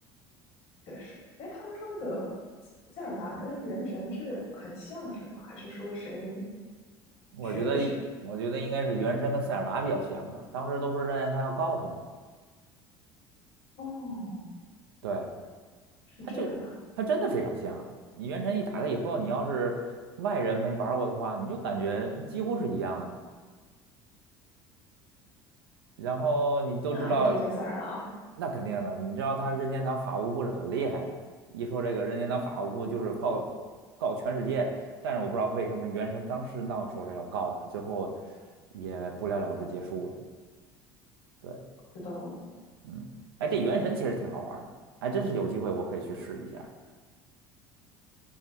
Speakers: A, on the left; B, on the right.
A: 确实，哎，他们说那个塞尔达跟原神是很像，是吗？还是说谁
B: 我觉得，
A: 学的谁？
B: 我觉得应该是原神跟塞尔达比较像吧。当时都说任天堂要告他嘛，
A: 哦，
B: 对。
A: 是这样，
B: 它就它真的非常像。你原神一打开以后，你要是外人没玩过的话，你就感觉几乎是一样的。然后你都知道，
A: 那还是推荐塞尔达呗，
B: 那肯定的，你知道他任天堂法务部是很厉害的。一说这个任天堂法务部就是告告全世界，但是我不知道为什么原神当时闹说是要告他，最后也不了了之结束了。对，
A: 不知道呢，
B: 嗯，哎，这原神其实挺好玩的，还真是有机会我可以去试一下。